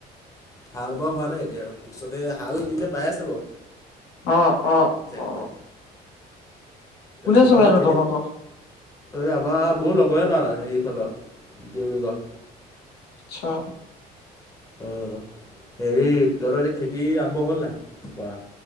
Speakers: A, on the left; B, on the left.
A: হাল বোৱা হোৱা নাই এতিয়া আৰু পিছতে হাল এনে বাই আছে বাৰু।
B: অ অ
A: তাকে।
B: অ কোনে
A: তেখেতেৰ
B: চলাইনো
A: অ খেতি,
B: তহঁতৰ ঘৰ
A: এই আমাৰ মোৰ লগযৰ লৰা এইফালৰ দেউৰীগাও
B: ছা
A: উম উম হেৰি তহতৰ এতিয়া খেতি আৰম্ভ হ'ল নাই কৰা